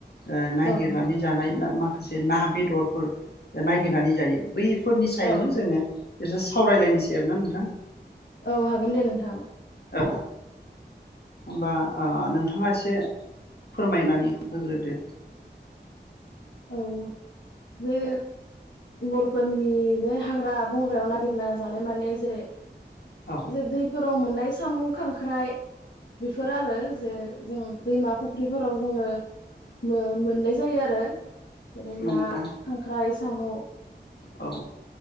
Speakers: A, on the left (about 65°); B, on the left (about 80°).
A: ओ नायागिरनानै
B: औ नंगौ
A: जानाय ना मा माखासे ना बेदरफोर नायगिरनानै जायो बै फोरनि सायावनो
B: औ
A: जोङो इसे सावरायलायनोसै आरोना नोंथां
B: औ हागोन दे नोंथां
A: औ होमबा ओ नोंथाङा एसे फोरमायनानै होग्रोदो
B: औ औ जे बर' फोरनि जे हाग्रा बंग्रायाव नागिरना जानाय माने जेरै
A: औ
B: जे बैफोर हराव मोननाय सामु, खांख्राइ बेफोर आरो जो जों दैमा फुख्रिफोराव जोङो मो-मोननाय जायो आरो बेफोरो ना,
A: नंगौ
B: खांख्राइ, साम'
A: औ